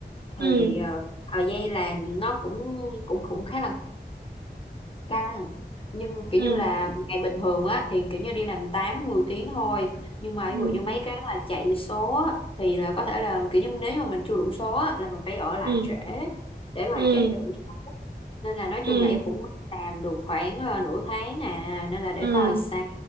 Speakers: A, on the left; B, on the right.
A: thì
B: ừ,
A: ờ, thời gian làm nó cũng cũng cũng khá là căng nhưng kiểu
B: ừ,
A: như là ngày bình thường á thì kiểu như đi làm 8 10 tiếng thôi nhưng mà
B: ừ,
A: ví dụ như mấy cái mà chạy số á, thì là có thể là kiểu như nếu như mà mình chưa đủ số á, là mình phải ở lại
B: ừ,
A: trễ để mà
B: ừ,
A: chạy cho đủ số nên là nói
B: ừ,
A: chung là em cũng làm được khoảng ờ, nửa tháng à nên là để
B: ừ.
A: coi sao